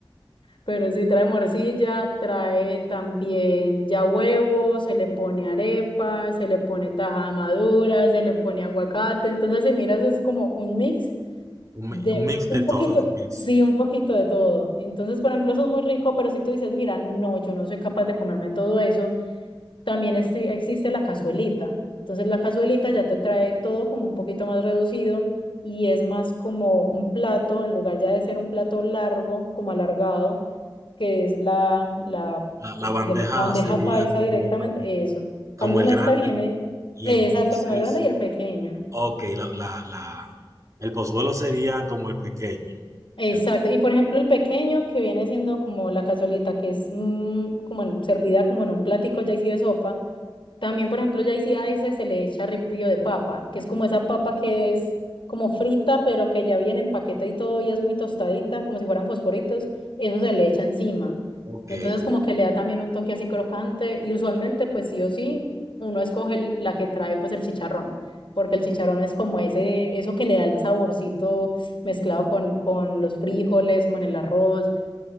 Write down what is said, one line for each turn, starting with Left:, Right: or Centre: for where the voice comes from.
Left: pero sí trae morcilla, trae también ya huevo, se le pone arepa, se le pone tajada madura, se le pone aguacate, entonces si miras es como un mix
Right: un,
Left: de
Right: mi- un mix
Left: un
Right: de todo,
Left: poquito,
Right: un mix.
Left: sí, un poquito de todo. Entonces, por ejemplo, eso es muy rico, pero si tú dices, mira, no, yo no soy capaz de comerme todo eso, También es- existe la cazuelita. Entonces la cazuelita ya te trae todo como un poquito más reducido y es más como un plato, en lugar ya de ser un plato largo, como alargado, que es la, la,
Right: La, la
Left: el-
Right: bandeja
Left: pues, el- la bandeja
Right: sería
Left: paisa
Right: como,
Left: directamente,
Right: como,
Left: eso. En
Right: como
Left: Cambio
Right: el
Left: en
Right: grande
Left: esta viene,
Right: y
Left: eh,
Right: entonces,
Left: exacto, como el grande y el pequeño.
Right: ok, la, la, la, el pozuelo sería como el pequeño.
Left: Exacto.
Right: El,
Left: Y por ejemplo, el pequeño que viene siendo como la cazuelita, que es mm, como en- servida como en un platico ya así de sopa También, por ejemplo, ya ahí sí a ese se le echa ripio de papa, que es como esa papa que es como frita, pero que ya viene en paquete y todo, y es muy tostadita, como si fueran fosforitos, eso se le echa encima.
Right: ok,
Left: Entonces,
Right: como,
Left: como que le da también un toque así crocante, y usualmente, pues sí o sí, uno escoge el- la que trae pues el chicharrón, porque el chicharrón es como ese, eso que le da el saborcito mezclado con, con los frijoles, con el arroz